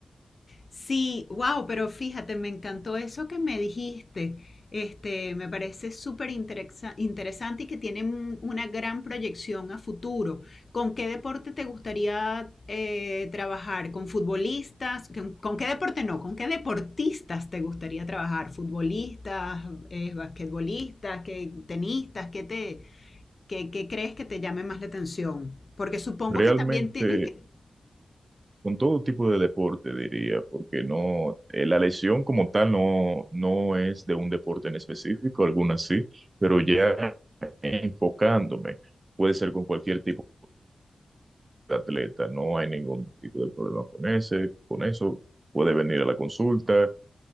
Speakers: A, on the left; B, on the right.
A: Sí, wow, pero fíjate, me encantó eso que me dijiste. Este, me parece súper interesa- interesante y que tiene un- una gran proyección a futuro. ¿Con qué deporte te gustaría eh, trabajar? ¿Con futbolistas? ¿Con, con qué deporte no? ¿Con qué deportistas te gustaría trabajar? ¿Futbolistas, eh, basquetbolistas, qué- tenistas? ¿Qué te, qué, qué crees que te llame más la atención? Porque supongo
B: Realmente
A: que también tienes que...
B: Con todo tipo de deporte, diría, porque no, eh, la lesión como tal no, no es de un deporte en específico, algunas sí, pero ya enfocándome, puede ser con cualquier tipo de atleta, no hay ningún tipo de problema con ese, con eso, puede venir a la consulta